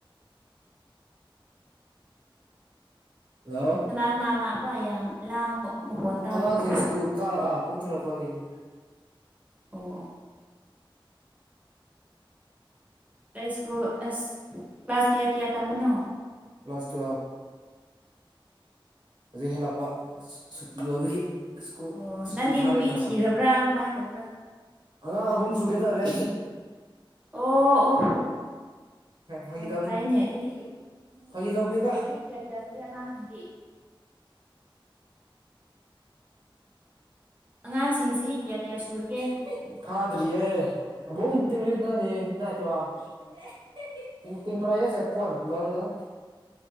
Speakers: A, on the right; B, on the right.
A: <unintelligible> ꯍꯜꯂꯣ
B: ꯀꯅ ꯀꯅ <unintelligible> ꯌꯥꯝ ꯂꯥꯡꯕ ꯃꯈꯣꯟ ꯇꯥꯕꯒꯨꯝ
A: ꯑꯉꯥꯡꯁꯤꯡ ꯁ꯭ꯀꯨꯜ ꯀꯥꯔꯛꯑ ꯀꯨꯝꯊꯔꯛꯄꯒꯤꯅꯤ
B: ꯑꯣ ꯑꯣ ꯀ ꯁ꯭ꯀꯨꯜ ꯑꯁ ꯀ꯭ꯂꯥꯁ ꯀꯌꯥ ꯀꯌꯥ ꯇꯝꯕꯅꯣ
A: ꯃ꯭ꯂꯁ ꯇꯨ ꯍꯧꯖꯤꯛ ꯍꯜꯂꯛꯄ ꯁꯨꯇꯤ ꯑꯣꯏꯕꯒꯤ ꯁꯀꯨ
B: ꯑꯣ
A: ꯁꯨꯇꯤ
B: ꯅꯪꯗꯤ
A: ꯊꯥꯔꯦꯅ
B: ꯅꯨꯄꯤ ꯊꯤꯔꯕ꯭ꯔꯥ
A: ꯂꯥꯛꯄꯣ
B: ꯀꯃꯥꯏꯅ ꯇꯧꯕ꯭ꯔꯥ
A: ꯑꯉꯥꯡ ꯑꯍꯨꯝꯁꯨꯨꯒꯦ ꯇꯧꯔꯦ
B: ꯑꯣ ꯑꯣ
A: ꯍ ꯐꯒ
B: ꯑꯣ
A: ꯇꯕꯅꯤ
B: ꯐꯩꯅꯦ ꯑꯗꯨꯗꯤ
A: ꯐꯒꯤ ꯇꯕꯕꯅꯤ ꯇ
B: ꯆꯍꯤ ꯀꯌꯥ ꯀꯌꯥ ꯁꯨꯔꯦ ꯑꯉꯥꯡꯁꯤꯡꯗꯤ ꯑꯉꯥꯡꯁꯤꯡ ꯆꯍꯤ
A: <unintelligible>
B: ꯀꯌꯥ ꯀꯌꯥ
A: <unintelligible>
B: ꯁꯨꯔꯒꯦ
A: ꯐꯥꯗ꯭ꯔꯤꯌꯦ <unintelligible> <unintelligible>